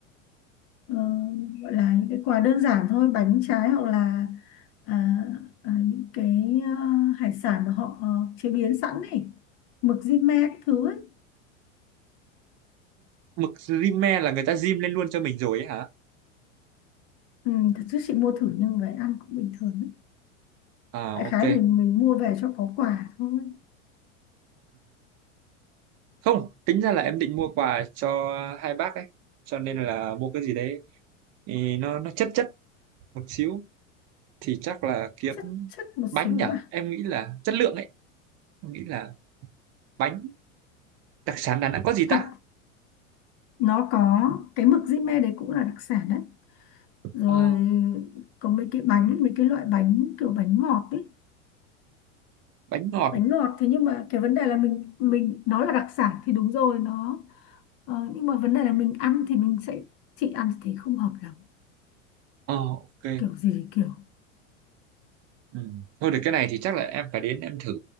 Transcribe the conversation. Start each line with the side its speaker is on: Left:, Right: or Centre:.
Left: ờ, gọi là những cái quà đơn giản thôi bánh trái hoặc là à, à, những cái ờ, hải sản mà họ ờ, chế biến sẵn này, mực di-me cái thứ ấy
Right: mực rímel là người ta rim lên luôn cho mình rồi ấy hả
Left: ừ, thật sự chị mua thử nhưng về ăn cũng bình thường ấy.
Right: à
Left: đại
Right: ok
Left: khái là mình mình mua về cho có quà thôi
Right: không tính ra là em định mua quà cho hai bác ấy cho nên là mua cái gì đấy thì nó nó chất chất một xíu thì chắc là kiếm
Left: chất chất một
Right: bánh
Left: xíu
Right: nhở
Left: à
Right: em nghĩ là chất lượng ấy em nghĩ là bánh đặc sản Đà Nẵng có gì ta
Left: thật nó có cái mực di-me đấy cũng là đặc sản đấy rồi
Right: Ờ,
Left: có mấy cái bánh mấy cái loại bánh kiểu bánh ngọt ấy
Right: bánh ngọt
Left: bánh ngọt thế nhưng mà cái vấn đề là mình mình nó là đặc sản thì đúng rồi nó ờ, nhưng mà vấn đề là mình ăn thì mình sẽ chị ăn thì không hợp lắm
Right: ờ ok
Left: kiểu gì kiểu
Right: ừ. thôi được cái này thì chắc là em phải đến em thử